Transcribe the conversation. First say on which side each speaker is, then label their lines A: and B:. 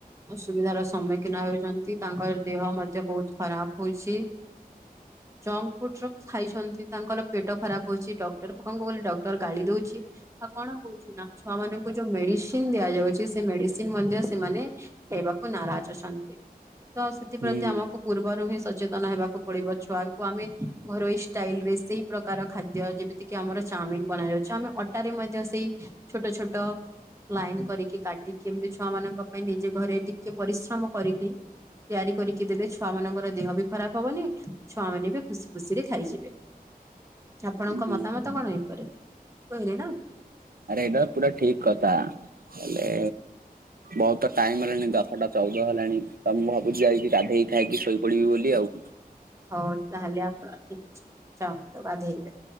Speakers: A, on the right (about 20°); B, on the right (about 70°).
A: ଅସୁବିଧାର ସମ୍ମୁଖୀନ ହେଉଛନ୍ତି। ତାଙ୍କର ଦେହ ମଧ୍ୟ ବୋହୁତ୍ ଖରାପ ହଉଛି। ଜଙ୍କ ଫୁଡର ଖାଇଛନ୍ତି ତାଙ୍କର ପେଟ ଖରାପ ହୋଇଛି ଡ ତାଙ୍କୁ କହିଲେ ଡକ୍ଟର ଗାଳି ଦଉଛି, ଆଉ କଣ ହଉଛି ନା ଛୁଆ ମାନଙ୍କୁ ଯୋଉ ମେଡ଼ିସିନ୍ ଦିଆଯାଉଛି, ସେ ମେଡ଼ିସିନ୍ ମଧ୍ୟ ସେମାନେ ହେବାକୁ ନାରାଜ ଅଛନ୍ତି। ତ ସେଥିପ୍ରତି
B: ହୁଁ
A: ଆମକୁ ପୂର୍ବରୁ ହିଁ ସଚେତନ ହେବାକୁ ପଡିବ। ଛୁଆଙ୍କୁ ଆମେ ଘରୋଇ ଷ୍ଟାଇଲ ରେ ସେଇ ପ୍ରକାର ଖାଦ୍ୟ, ଯେମିତି କିି ଆମର ଚାଉମିନ ବନା ଯାଉଛି ଆମେ ଟାରେ ମଧ୍ୟ ସେଇ ଛୋଟ ଛୋଟ ଲାଇନ କରିକି କାଟିକି ଏମିତି ଛୁଆ ମାନଙ୍କ ପାଇଁ ନିଜେ ଘରେ ଟିକେ ପରିଶ୍ରମ କରିକି ତିଆରି କରିକି ଦେଲେ। ଛୁଆ ମାନଙ୍କର ଦେହ ବି ଖରାପ ହବନି, ଛୁଆ ମାନେ ବି ଖୁସି ଖୁସିରେ ଖାଇଯିବେ। ଆପଣଙ୍କ
B: ହୁଁ।
A: ମତାମତ କଣ? ହେଇପର କହିଲେ ନା।
B: ଆରେ ଏଇଟା ପୁରା ଠିକ୍ କଥା ହେଲେ ବହୁତ ଟାଇମ୍ ହେଲାଣି ଦଶଟା ଚଉଦ ହେଲାଣି। ତ ମୁଁ ଭାବୁଛି ଯାଇକି ଗାଧେଇକି ଖାଇକି ଶୋଇପଡିବି ବୋଲି ଆଉ।
A: ହଉ ତାହେଲେ ଆପଣ ଠିକ୍ ଅଛି ଯାନ୍ତୁ ଗାଧେଇବେ।